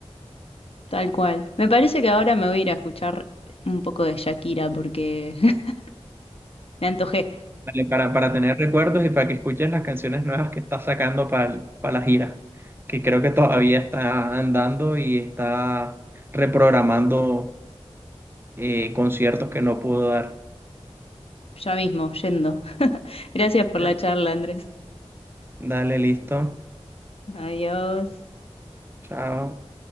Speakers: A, on the left (about 60°); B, on the right (about 20°).
A: tal cual. Me parece que ahora me voy a ir a escuchar un poco de Shakira porque <laughs> me antojé,
B: Dale, para, para tener recuerdos y para que escuches las canciones nuevas que está sacando para la gira, que creo que todavía está andando y está reprogramando eh, conciertos que no pudo dar.
A: ya mismo, yendo. <laughs> Gracias por
B: Ya.
A: la charla, Andrés.
B: Dale, listo.
A: Adiós.
B: Chao.